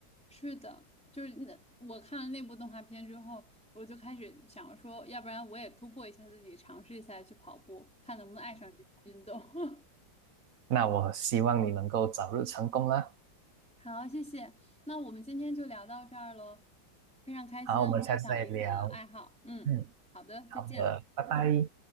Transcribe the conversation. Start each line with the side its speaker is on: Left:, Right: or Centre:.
Centre: 是的，就是那我看了那部动画片之后，我就开始想说，要不然我也突破一下自己，尝试一下去跑步，看能不能爱上这项运动。<laughs>
Right: 那我希望你能够早日成功啦。
Centre: 好，谢谢。那我们今天就聊到这儿喽，非常开心分享彼此的爱好。
Right: 好，我们下次再聊。
Centre: 嗯，
Right: 嗯，
Centre: 好的，
Right: 好的，
Centre: 再见。
Right: 拜拜。